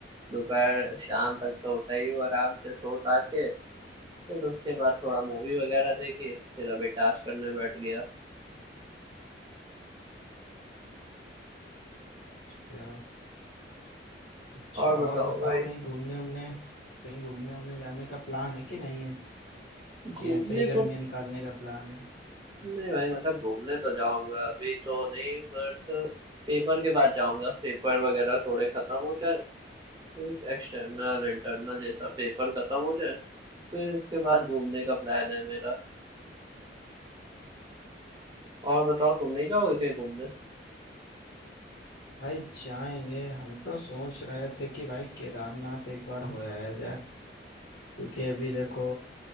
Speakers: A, on the right; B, on the left.
A: दोपहर शाम तक तो उठा ही हूँ आराम से सो सा के फिर उसके बाद थोड़ा मूवी वगैरह देखी फिर अभी टास्क करने बैठ गया
B: अच्छा अच्छा
A: और बताओ
B: और बताओ
A: भाई
B: कहीं घूमने उमने कहीं घूमने उमने जाने का प्लान है कि नहीं है कि
A: घूमने
B: ऐसे ही गर्मियाँ
A: तो
B: निकालने का प्लान है
A: नहीं भाई मतलब घूमने तो जाऊंगा अभी तो नहीं बट पेपर के बाद जाऊंगा पेपर वगैरह थोड़े खत्म हो जाए एक एक्सटर्नल इंटरनल ये सब पेपर खत्म हो जाए फिर इसके बाद घूमने का प्लान है मेरा और बताओ तुम नहीं जाओगे कहीं घूमने
B: भाई जाएंगे हम तो सोच रहे थे कि भाई केदारनाथ एक बार हो आया जाए क्योंकि अभी देखो